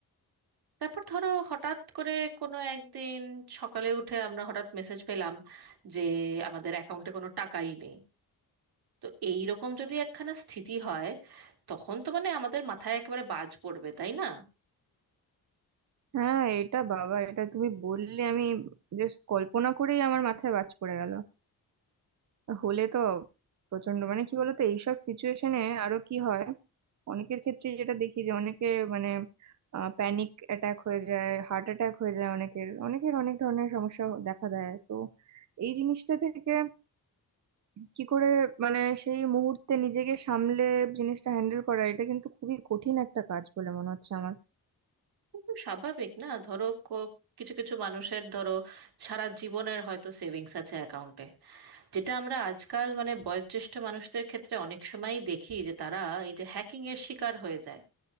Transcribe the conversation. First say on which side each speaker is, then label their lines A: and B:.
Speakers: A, on the right; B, on the right.
A: তারপর ধরো হঠাৎ করে কোনো একদিন সকালে উঠে আমরা হঠাৎ মেসেজ পেলাম যে আমাদের অ্যাকাউন্টে কোনো টাকাই নেই তো এই রকম যদি একখানা স্থিতি হয় তখন তো মানে আমাদের মাথায় একেবারে বাজ পড়বে তাই না
B: হ্যাঁ এটা বাবা এটা তুমি বললে আমি জাস্ট কল্পনা করেই আমার মাথায় বাজ পড়ে গেল হলে তো প্রচন্ড মানে কি বলতো এইসব সিচুয়েশনে আরো কি হয় অনেকের ক্ষেত্রে যেটা দেখি যে অনেকে মানে প্যানিক অ্যাটাক হয়ে যায় হার্ট অ্যাটাক হয়ে যায় অনেকের অনেকের অনেক ধরনের সমস্যা হ- দেখা দেয় তো এই জিনিসটা থেকে কি করে মানে সেই মুহূর্তে নিজেকে সামলে জিনিসটা হ্যান্ডেল করা এটা কিন্তু খুবই কঠিন একটা কাজ বলে মনে হচ্ছে আমার
A: একদম স্বাভাবিক না ধরো ক- কিছু কিছু মানুষের ধরো সারা জীবনের হয়তো সেভিংস আছে অ্যাকাউন্টে যেটা আমরা আজকাল মানে বয়োজ্যেষ্ঠ মানুষদের ক্ষেত্রে অনেক সময়ই দেখি যে তারা এই যে হ্যাকিং এর শিকার হয়ে যায়